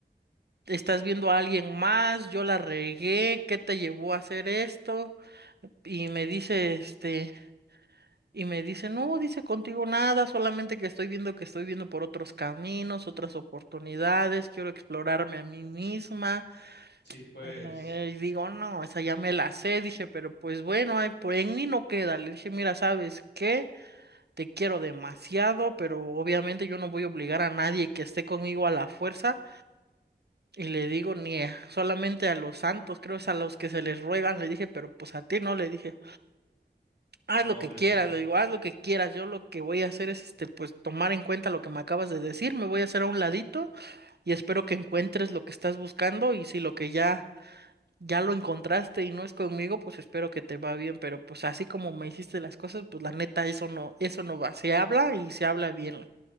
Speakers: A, on the right; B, on the left.
A: ¿estás viendo a alguien más? Yo la regué, ¿qué te llevó a hacer esto? Y me dice, este... Y me dice, no, dice contigo nada, solamente que estoy viendo que estoy viendo por otros caminos, otras oportunidades, quiero explorarme a mí misma.
B: sí, pues.
A: Eh, y digo, no, esa ya me la sé, dije, pero pues bueno, ay, pues en mí no queda. Le dije, mira, ¿sabes qué? Te quiero demasiado, pero obviamente yo no voy a obligar a nadie que esté conmigo a la fuerza. Y le digo, ni eh, solamente a los santos, creo es a los que se les ruegan, le dije, pero pues a ti no, le dije. Haz
B: No,
A: lo
B: hombre,
A: que quieras,
B: sí.
A: le digo, haz lo que quieras. Yo lo que voy a hacer es, este, pues, tomar en cuenta lo que me acabas de decir. Me voy a hacer a un ladito y espero que encuentres lo que estás buscando. Y si lo que ya, ya lo encontraste y no es conmigo, pues espero que te va bien. Pero pues así como me hiciste las cosas, pues la neta, eso no, eso no va. Se habla y se habla bien.